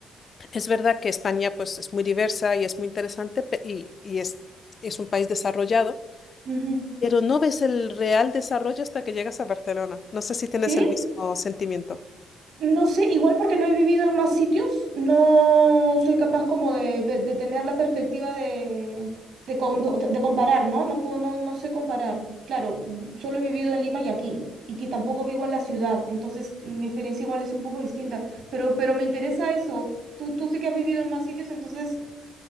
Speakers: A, on the left (about 45°); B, on the right (about 65°).
A: es verdad que España pues, es muy diversa y es muy interesante pe- y, y es, es un país desarrollado,
B: ujú.
A: Pero no ves el real desarrollo hasta que llegas a Barcelona. No sé si tienes
B: ¿Sí?
A: el mismo sentimiento.
B: No sé, igual porque no he vivido en más sitios, no soy capaz como de, ve- de tener la perspectiva de, de, com- de- de comparar, ¿no? No puedo, no, no sé comparar. Claro, solo he vivido en Lima y aquí, y que tampoco vivo en la ciudad, entonces mi experiencia igual es un poco distinta, pero, pero me interesa eso. Tú, tú sí que has vivido en más sitios, entonces